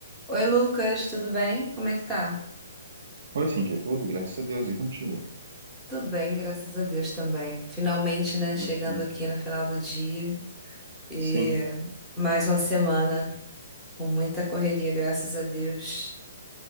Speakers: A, in the centre; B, on the right (about 60°).
A: Oi, Lucas, tudo bem? Como é que tá?
B: Oi, Cintia, tudo? Graças a Deus, e contigo?
A: Tudo bem, graças a Deus também. Finalmente, né,
B: Bacana.
A: chegando aqui no final do dia e
B: Sim,
A: mais uma semana com muita correria, graças a Deus.